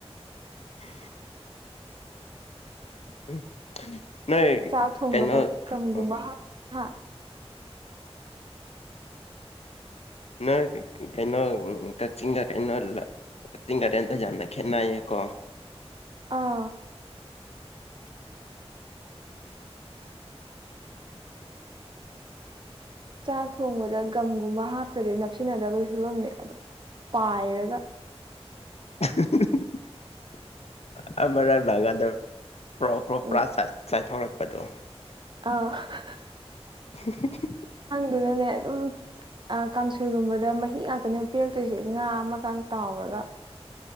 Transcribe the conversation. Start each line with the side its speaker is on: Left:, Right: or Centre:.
Left: <inaudible> ꯍꯤꯛ ꯅꯣꯏ
Right: ꯆꯥꯛ ꯊꯣꯡꯕꯗ
Left: ꯀꯩꯅꯣ
Right: ꯒꯝꯒꯨꯝꯕ
Left: ꯑ
Right: ꯍꯥꯞ ꯍꯥ
Left: ꯅꯣꯏ ꯀꯩꯅꯣ ꯀꯛꯆꯤꯡꯗ ꯀꯩꯅꯣ ꯂ ꯀꯛꯆꯤꯡ ꯒꯥꯔꯗꯦꯟꯗꯣ ꯌꯥꯝꯅ ꯈꯦꯠꯅꯩꯌꯦꯀꯣ
Right: ꯑꯥ ꯆꯥꯛ ꯊꯣꯡꯕꯗ ꯒꯝꯒꯨꯝꯕ ꯍꯥꯞꯇ꯭ꯔꯗꯤ ꯅꯛꯁꯤꯟꯅꯗꯕꯒꯤ ꯐꯤꯕꯝꯅꯦ ꯑꯗꯣ ꯄꯥꯏꯔꯒ
Left: ꯑꯍꯍꯍ ꯑꯃꯔꯛ ꯂꯥꯡꯒꯗꯧ ꯄ꯭ꯔꯣ ꯄ꯭ꯔꯣ
Right: ꯎꯝ
Left: ꯄ꯭ꯔꯥ ꯆ ꯆꯥꯏꯊꯣꯔꯛꯄꯗꯣ
Right: ꯑꯥ ꯍꯍꯍ
Left: ꯍꯝ ꯍꯝ ꯍꯝ
Right: ꯗꯨꯅꯅꯦ ꯑꯗꯨꯝ ꯑꯥ ꯀꯥꯡꯁꯣꯏꯒꯨꯝꯕꯗ ꯃꯍꯤ ꯉꯥꯛꯇꯅꯦ ꯄꯤꯔꯛꯇꯣꯏꯁꯦ ꯉꯥ ꯑꯃꯒ ꯇꯥꯎꯔꯒ